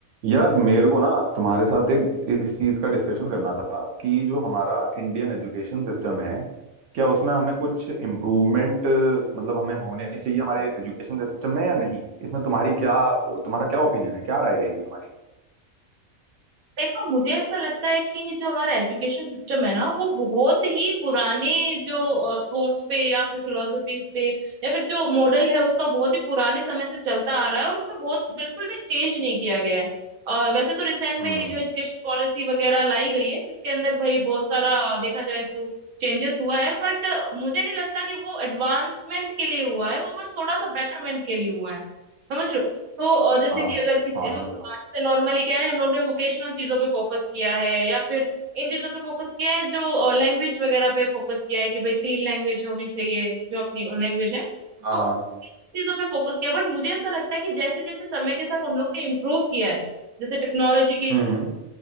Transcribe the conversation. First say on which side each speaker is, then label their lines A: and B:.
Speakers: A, on the right; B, on the right.
A: यार मेरे को ना तुम्हारे साथ एक इस चीज का डिस्कशन करना था कि जो हमारा इंडियन एजुकेशन सिस्टम है क्या उसमें हमें कुछ इम्प्रूवमेंट मतलब हमें होने चाहिए हमारे एजुकेशन सिस्टम में या नहीं इसमें तुम्हारी क्या तुम्हारा क्या ओपिनियन है क्या राय रहेगी तुम्हारी
B: देखो मुझे ऐसा लगता है कि जो हमारा एजुकेशन सिस्टम है ना वो बहुत ही पुराने जो थॉट्स पे या फिर फिलोसफीज पे या फिर जो मॉडल है उसका बहुत ही पुराने समय से चलता आ रहा है और उसमें बहुत बिल्कुल भी चेंज नहीं किया गया है अ, वैसे तो रिसेंट
A: हम्म
B: में न्यू एजुकेशन पॉलिसी वगैरह लाई गई है जिसके अंदर भाई बहुत सारा अ, देखा जाए तो चेंजेस हुआ है बट मुझे नहीं लगता कि वो एडवांसमेंट के लिए हुआ है वो बस थोड़ा सा बेटरमेंट के लिए हुआ है समझ रहे हो तो अ, जैसे
A: हाँ
B: कि अगर
A: हाँ
B: किसी
A: हाँ
B: जैसे
A: समझ रहा हूँ
B: नॉर्मली कह रहे हैं उन्होंने वोकेशनल चीजों पे फोकस किया है या फिर इन चीजों पे फोकस किया है जो लैंग्वेज वगैरह पे फोकस किया है कि भाई तीन लैंग्वेज होनी चाहिए जो अपनी लैंग्वेज है
A: हाँ
B: तो
A: हाँ
B: उन चीजों पे फोकस किया बट मुझे ऐसा लगता है कि जैसे जैसे समय के साथ हम लोग ने इम्प्रूव किया है जैसे टेक्नोलॉजी के हिसाब
A: हम्म